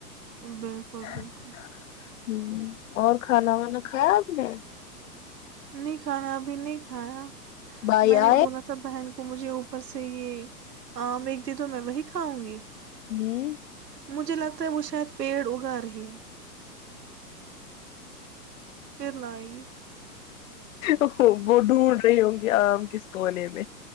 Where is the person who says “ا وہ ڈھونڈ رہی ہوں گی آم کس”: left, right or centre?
Left